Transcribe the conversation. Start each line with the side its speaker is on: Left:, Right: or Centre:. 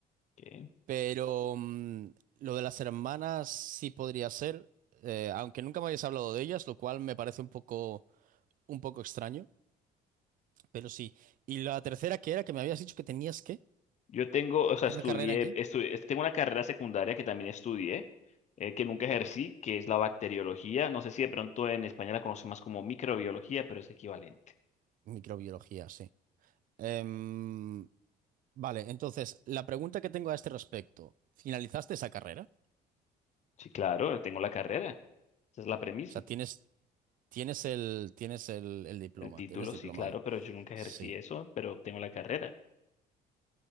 Left: eh,
Right: Pero mm, lo de las hermanas sí podría ser, eh, aunque nunca me habéis hablado de ellas, lo cual me parece un poco, un poco extraño, pero sí. Y la tercera que era que me habías dicho que tenías qué,
Left: yo tengo, o sea,
Right: una
Left: estudié,
Right: carrera en qué?
Left: estudié, tengo una carrera secundaria que también estudié, eh, que nunca ejercí, que es la bacteriología. No sé si de pronto en España la conocen más como microbiología, pero es equivalente.
Right: Microbiología, sí. Em, vale, entonces, la pregunta que tengo a este respecto, ¿finalizaste esa carrera?
Left: Sí, claro, tengo la carrera. Esa es la premisa.
Right: O sea, tienes, tienes el, tienes el, el diploma,
Left: El título,
Right: eres diplomado.
Left: sí, claro, pero yo nunca
Right: Sí.
Left: ejercí eso, pero tengo la carrera.